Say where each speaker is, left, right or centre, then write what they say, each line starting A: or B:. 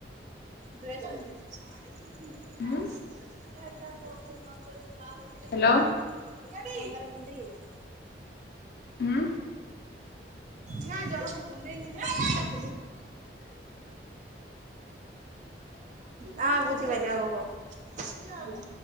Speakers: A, on the right (about 40°); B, on the left (about 55°).
A: ଡ୍ରେସ କନ୍ଧୁଛି <inaudible> <unintelligible>
B: ହୁଁ ହ୍ୟାଲୋ
A: ତମର କୁଣ୍ଡେଇ ହଉଛି।
B: ହଁ।
A: ନାଁ ଜଣକ <unintelligible> ହଁ, ହଁ ବୁଝିପାରିଲି ହଉ, ହଉ।
B: ହୁଁ।